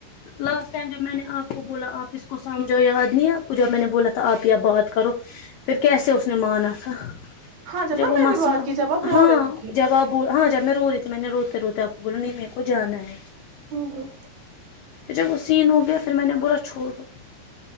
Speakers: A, on the left; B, on the right.
A: لاسٹ ٹائم جب میں نے آپ کو بولا آپ اس کو سمجھو یاد نہیں آپ کو جب میں نے بولا تھا آپ یا بات کرو پھر کیسے اس نے مانا تھا
B: ہاں
A: جب
B: نا
A: وہ
B: میں
A: مسئلہ
B: نے بات کی
A: ہو
B: جب آپ رو
A: ہاں
B: رہی تھی
A: جب آپ ہاں جب میں رو رہی تھی میں نے روتے روتے میر کو جانا ہے
B: ہوں ہوں
A: جب وہ سین ہو گیا پھر میں نے بولا چھوڑ دو